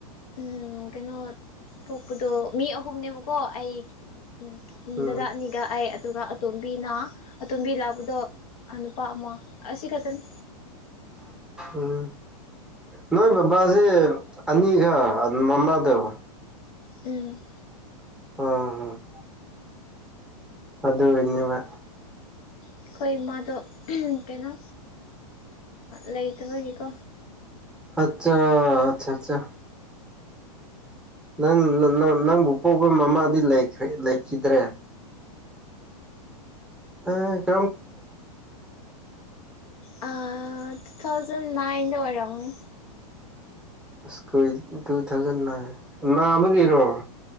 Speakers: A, on the left (about 70°); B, in the centre.
A: ꯎꯝ ꯀꯩꯅꯣ ꯄꯣꯛꯄꯗꯣ ꯃꯤ ꯑꯍꯨꯝꯅꯦꯕꯀꯣ ꯑꯩ ꯎꯝ
B: ꯎꯝ
A: ꯗꯗꯥꯥꯛꯅꯤꯒ ꯑꯗꯨꯒ ꯑꯇꯣꯝꯕꯤꯅ ꯑꯇꯣꯝꯕꯤ ꯂꯥꯛꯕꯗꯣ ꯅꯨꯄꯥ ꯑꯃ ꯑꯁꯤ ꯈꯛꯇꯅꯤ
B: ꯎꯝ ꯅꯣꯏ ꯕꯕꯥꯁꯦ ꯑꯅꯤꯒ ꯃꯃꯥꯗꯣ
A: ꯎꯝ
B: ꯑꯝ ꯑꯗ ꯀꯅꯤꯕ
A: ꯑꯩꯈꯣꯏꯃꯗꯣ ꯀꯩꯅꯣ ꯂꯩꯇꯕꯒꯤꯀꯣ
B: ꯑꯆꯥ ꯑꯆꯥ ꯑꯆꯥ ꯅ ꯅꯪꯕꯨ ꯄꯣꯛꯄ ꯃꯃꯥꯗꯤꯈ꯭ꯔ ꯂꯩꯈꯤꯗ꯭ꯔꯦ ꯑ
A: ꯍꯧ ꯇꯨ ꯊꯥꯎꯖꯟ ꯅꯥꯏꯟꯗ ꯑꯣꯏꯔꯝꯅꯤ
B: ꯨ ꯇꯨ ꯊꯥꯎꯖꯟ ꯅꯥꯏꯟ ꯅꯥꯕꯒꯤꯔꯣ